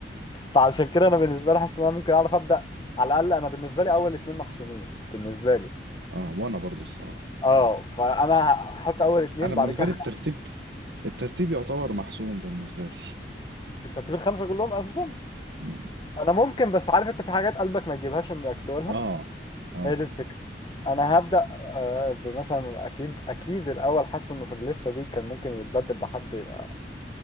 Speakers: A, on the left; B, on the right.
A: فعشان كده انا بالنسبه لي حاسس ان انا ممكن اعرف ابدا على الاقل انا بالنسبه لي اول اتنين محسومين بالنسبه لي
B: اه وانا برضو الصراحة
A: اه فانا هحط اول اتنين
B: انا بالنسبه
A: بعد كده
B: لي الترتيب الترتيب يعتبر محسوم بالنسبه لي
A: <laughs> الترتيب الخمسه كلهم اساسا
B: مم.
A: انا ممكن بس عارف انت في حاجات قلبك ما يجيبهاش انك تقولها
B: اه اه
A: هي دي الفكره انا
B: اه
A: هبدا آه، بمثلا اكيد اكيد الاول حاسس انه في الليسته دي كان ممكن يتبدل بحد يبقى